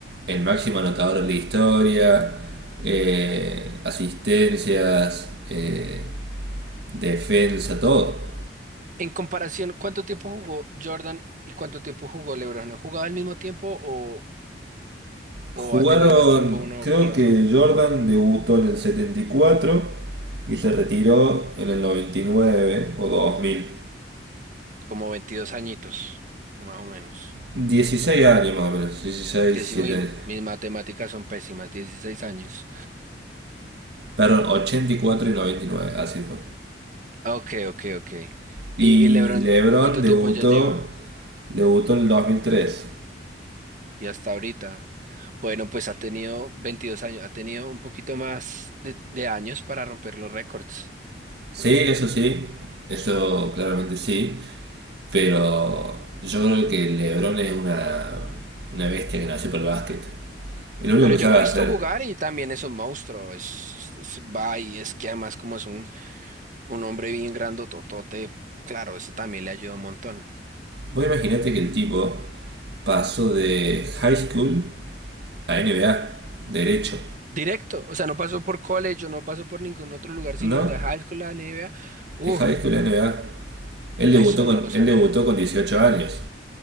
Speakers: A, on the right (about 65°); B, on the right (about 45°).
A: el máximo anotador de la historia, eh, asistencias, eh, defensa, todo.
B: En comparación, ¿cuánto tiempo jugó Jordan y cuánto tiempo jugó LeBron? ¿Han jugado al mismo tiempo o
A: Jugaron,
B: ¿O ha tenido más tiempo uno
A: creo
B: que el
A: que
B: otro?
A: Jordan debutó en el setenta y cuatro y se retiró en el 99 o dos mil
B: Como 22 añitos, más o menos.
A: dieciséis años más o menos, 16,
B: Dieci-
A: 17
B: uy,
A: años.
B: mis matemáticas son pésimas, 16 años.
A: Perdón, 84 y cuatro y noventa y nueve así fue.
B: Ah, Ok, ok, ok.
A: Y
B: ¿Y, y LeBron
A: LeBron
B: cuánto
A: debutó,
B: tiempo ya lleva?
A: debutó en el dos mil tres
B: Y hasta ahorita. Bueno, pues ha tenido 22 años, ha tenido un poquito más de, de años para romper los récords.
A: Sí, eso sí, eso claramente sí. Pero yo creo que LeBron es una, una bestia que nació para el básquet. Es lo único
B: Pero
A: que
B: yo
A: sabe
B: lo he
A: hacer.
B: visto jugar y también es un monstruo. Es, es- va y es que además como es un, un hombre bien grandototote, claro, eso también le ayuda un montón.
A: Vos imaginate que el tipo pasó de high school a NBA, derecho,
B: Directo, o sea, no pasó por college o no pasó por ningún otro lugar, sino
A: ¿no?
B: de high school a NBA. Uh,
A: De high school a NBA. Él
B: eso
A: debutó con,
B: no lo
A: él
B: sabía.
A: debutó con 18 años.